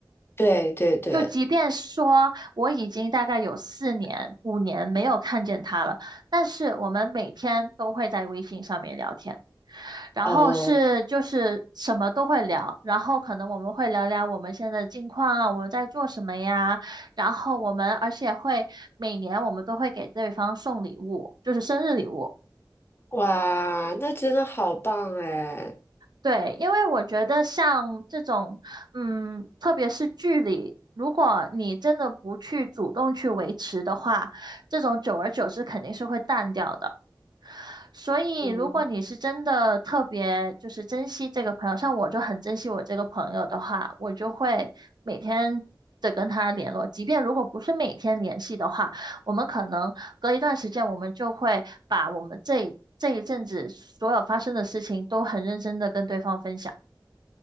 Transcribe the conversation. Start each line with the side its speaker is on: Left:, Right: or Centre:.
Left: 对对对，
Right: 就即便说我已经大概有四年、五年没有看见他了，但是我们每天都会在微信上面聊天，然后是就是什么都会聊，
Left: 哦，
Right: 然后可能我们会聊聊我们现在的近况啊，我们在做什么呀，然后我们而且会每年我们都会给对方送礼物，就是生日礼物。
Left: 哇，那真的好棒哎。
Right: 对，因为我觉得像这种，嗯，特别是距离，如果你真的不去主动去维持的话，这种久而久之肯定是会淡掉的。所以，
Left: 嗯。
Right: 如果你是真的特别就是珍惜这个朋友，像我就很珍惜我这个朋友的话，我就会每天的跟他联络，即便如果不是每天联系的话，我们可能隔一段时间，我们就会把我们这这一阵子所有发生的事情都很认真的跟对方分享。